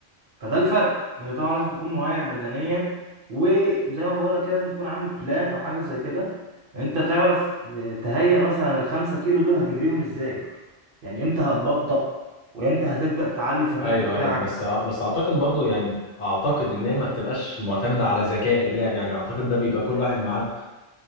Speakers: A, on the right; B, on the left.
A: فده الفرق انت طبعا لازم تكون مهيئ بدنيا وزي ما بقول لك كده لازم تكون عامل بلان او حاجه زي كده انت تعرف تهيئ مثلا الخمسة كيلو دول هتجريهم ازاي يعني امتى هتبطأ وامتى هتبدأ تعلي في الريتم
B: ايوه
A: بتاعك
B: ايوه بس بس اعتقد برضو يعني اعتقد ان هي ما بتبقاش معتمده على ذكاء اللاعب يعني اعتقد ده بيبقى كل واحد معاه